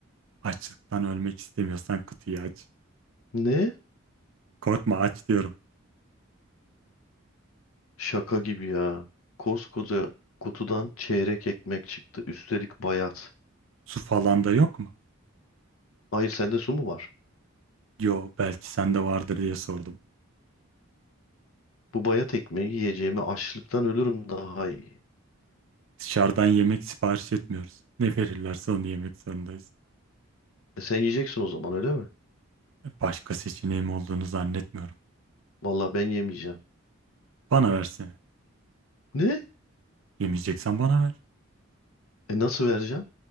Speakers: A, on the right; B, on the left.
A: Açlıktan ölmek istemiyorsan kutuyu aç.
B: Ne?
A: Korkma aç diyorum.
B: Şaka gibi ya. Koskoca kutudan çeyrek ekmek çıktı. Üstelik bayat.
A: Su falan da yok mu?
B: Hayır sende su mu var?
A: Yo belki sende vardır diye sordum.
B: Bu bayat ekmeği yiyeceğimi açlıktan ölürüm daha iyi.
A: Dışarıdan yemek sipariş etmiyoruz. Ne verirlerse onu yemek zorundayız.
B: E sen yiyeceksin o zaman öyle mi?
A: Başka seçeneğim olduğunu zannetmiyorum.
B: Vallahi ben yemeyeceğim.
A: Bana versene.
B: Ne?
A: Yemeyeceksen bana ver.
B: E nasıl vereceğim?